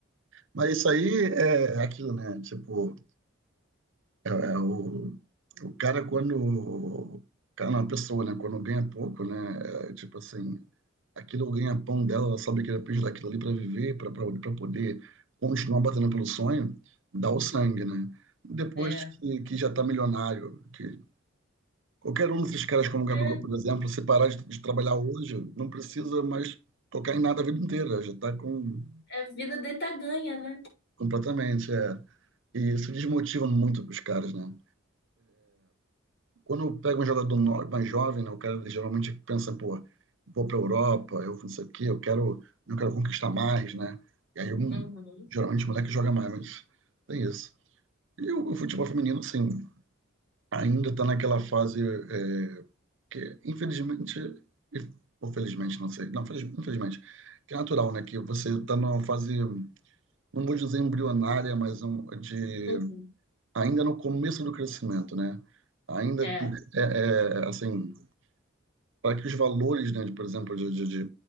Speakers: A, on the right; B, on the left.
A: Mas isso aí é é aquilo, né? Tipo, É, é o, o cara, quando. Cara, não, a pessoa, né? Quando ganha pouco, né? é, tipo assim, aquilo ganha pão dela, ela sabe que ela precisa daquilo ali para viver, para poder continuar batendo pelo sonho, dá o sangue, né? Depois
B: é.
A: que, que já tá milionário, que qualquer um desses caras como o Gabigol,
B: É,
A: por exemplo, se parar de, de trabalhar hoje, não precisa mais tocar em nada a vida inteira, já tá com
B: é vida deita ganha, né?
A: completamente, é. E isso desmotiva muito os caras, né? Quando eu pego um jogador no- mais jovem, né, o cara geralmente pensa, pô, vou para a Europa, eu não sei o quê, eu quero, eu quero conquistar mais, né? E aí, um,
B: Uhum,
A: geralmente, o moleque joga mais, mas tem isso. E o, o futebol feminino, sim, ainda está naquela fase é, que, infelizmente, e- ou felizmente, não sei, não, feliz- infelizmente, que é natural, né? Que você está numa fase, não vou dizer embrionária, mas um, de
B: uhum,
A: ainda no começo do crescimento, né? Ainda
B: é,
A: é, é, assim, para que os valores, né, de, por exemplo, de, de,